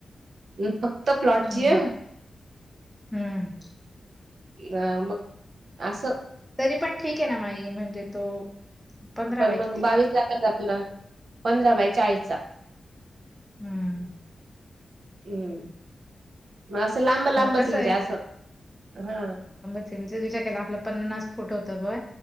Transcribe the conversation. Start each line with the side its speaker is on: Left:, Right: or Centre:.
Right: फक्त फक्त प्लॉटची
Centre: हम्म
Right: ह
Centre: हम्म
Right: अ मग अस
Centre: तरी पण ठीक आहे ना माई म्हणजे तो पंधरा
Right: पण
Centre: बाय
Right: मग
Centre: किती
Right: बावीस लाखचा आपुला पंधरा बाय चाळीसचा.
Centre: हम्म.
Right: हम्म मग असं लांब लांबच
Centre: कसं आहे
Right: त्या हा.
Centre: विचार केला आपला पन्नास फुट होत ब